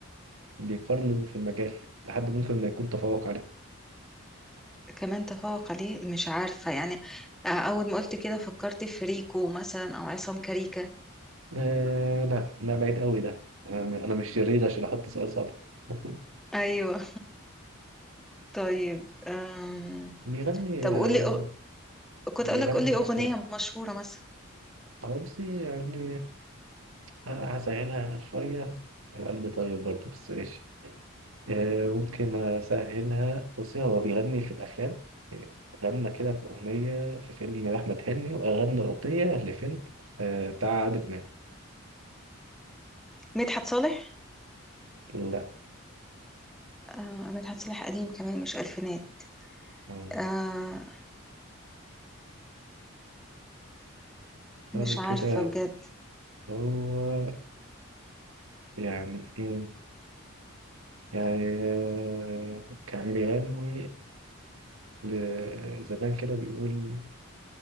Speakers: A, on the right; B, in the centre.
A: بيقارنوا في المجال لحد ممكن ما يكون تفوق عليه
B: كمان تفوق عليه مش عارفة يعني آه أول ما قلت كده فكرت في ريكو مثلا أو عصام كاريكا
A: آه لا لا بعيد قوي ده انا أنا مش شرير عشان احط سؤال صعب <laughs>
B: أيوة طيب آم،
A: بيغني
B: طب
A: آه،
B: قولي كنت
A: يغني
B: اقول لك قولي
A: الافلام
B: اغنيه مشهوره مثلا
A: بصي يعني آه، هسهلها شويه انا قلبي طيب برضه بس ماشي آه، ممكن أسهلها بصي هو بيغني في الأفلام يعني غنى كده في أغنية في فيلم أحمد حلمي وغنى أغنية لفيلم آه، بتاع عادل إمام
B: مدحت صالح
A: لا
B: آه مدحت صالح قديم كمان مش الفينات
A: آه،
B: آه
A: سوري
B: مش
A: كده
B: عارفه بجد
A: هو يعني إيه يعني آه، كان بيغني ل- زمان كده بيقول